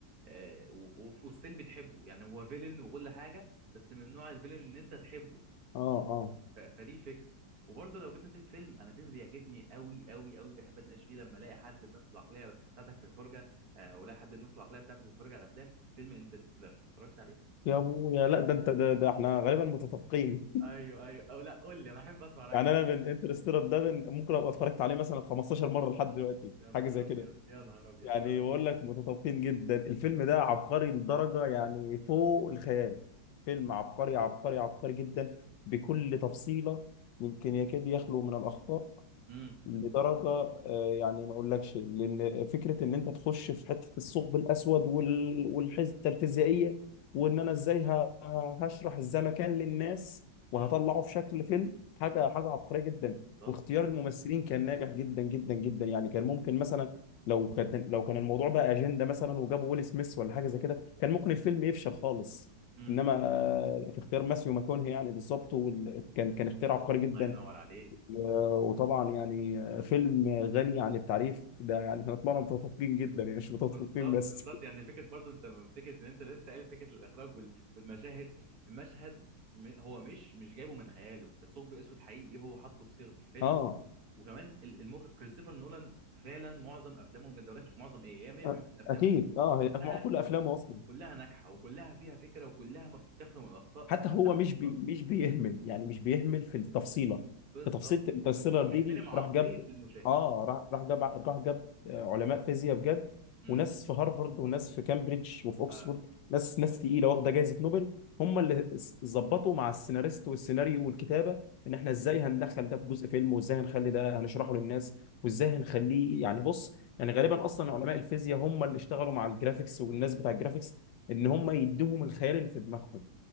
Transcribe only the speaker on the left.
اه اه
يا ابويا لا ده انت ده, ده احنا غالبا متفقين <laughs>
يعني انا
من انترستيلر ده من ممكن ابقى اتفرجت عليه مثلا 15 مره لحد دلوقتي
حاجه زي
كده
يعني بقول لك متطابقين جدا الفيلم ده عبقري لدرجة يعني فوق الخيال فيلم عبقري عبقري عبقري جدا بكل تفصيلة يمكن يكاد يخلو من الأخطاء
لدرجه آه، يعني ما اقولكش لان فكره ان انت تخش في حته الثقب الاسود وال- والحته الفيزيائيه وان انا ازاي ه- ه- هشرح الزمكان للناس وهطلعه
في شكل فيلم حاجه حاجه عبقريه جدا
واختيار الممثلين كان ناجح جدا جدا جدا يعني كان ممكن مثلا لو كان لو كان الموضوع بقى اجنده مثلا وجابوا ويل سميث ولا حاجه زي كده كان ممكن الفيلم يفشل خالص
انما آه، في اختيار ماسيو ماكونهي يعني بالظبط وال- كان كان اختيار عبقري جدا
و- وطبعا يعني فيلم غني عن التعريف ده يعني احنا طلعنا متفقين جدا يعني مش متفقين
بس
اه
أ-
اكيد اه
هي م- كل افلامه اصلا
حتى
هو
مش
بي مش بيهمل يعني مش بيهمل في التفصيله
في تفصيله الانترستيلر
دي دي
راح جاب
اه راح راح جاب راح جاب آه، علماء فيزياء بجد
وناس في هارفارد وناس في كامبريدج وفي اوكسفورد
ناس ناس تقيله واخده جائزه نوبل هم اللي س- ظبطوا مع السيناريست والسيناريو والكتابه ان احنا ازاي هندخل ده في جزء فيلم وازاي هنخلي ده هنشرحه للناس وازاي هنخليه يعني بص يعني غالبا اصلا علماء الفيزياء هم اللي اشتغلوا مع الجرافيكس والناس بتاع الجرافيكس ان هم يدوهم الخيال اللي في دماغهم